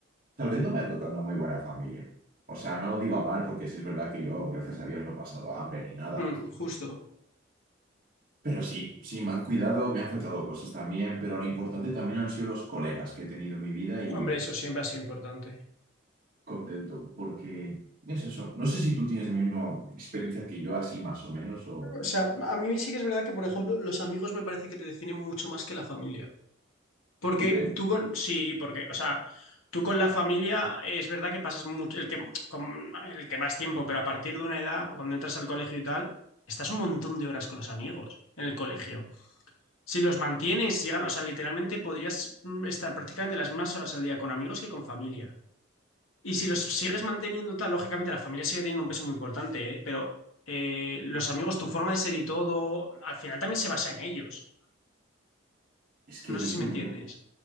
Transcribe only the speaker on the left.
Mm, justo.
Hombre, eso siempre ha sido importante.
O sea, a mí sí que es verdad que, por ejemplo, los amigos me parece que te definen mucho más que la familia. Porque
tú con, sí, porque, o sea, tú con la familia eh, es verdad que pasas mucho, el que, con- el que más tiempo, pero a partir de una edad, cuando entras al colegio y tal, estás un montón de horas con los amigos en el colegio. Si los mantienes, si llegan, o sea, literalmente podrías mm, estar prácticamente las más horas al día con amigos que con familia. Y si los sigues manteniendo tal, lógicamente la familia sigue teniendo un peso muy importante, ¿eh? Pero eh, los amigos, tu forma de ser y todo, al final también se basa en ellos.
No
sé si me entiendes.